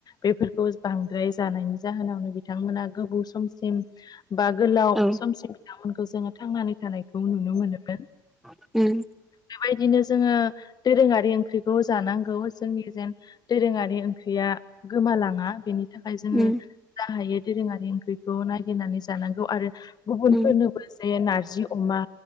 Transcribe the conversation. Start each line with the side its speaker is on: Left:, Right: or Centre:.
Left: बेफोरखौ बांद्राय जानायनि जाहोनावनो बिथांमोना गोबाव समसिम बा गोलाव
Centre: औ
Left: समसिम बिथांमोनखौ जोङो थांनानै थानायखौ नुनो मोनोन
Centre: उम
Left: बेबायदिनो जोङो दोरोङारि ओंख्रिखौ जानांगौ जोंनि जेन दोरोङारि ओंख्रिया गोमालाङा बेनि थाखाय जोङो
Centre: उम
Left: जा हायो दोरोङारि ओंख्रिखौ नागिरनानै जानांगौ आरो गुबुनफोरनोबो
Centre: उम
Left: जे नारजि अमा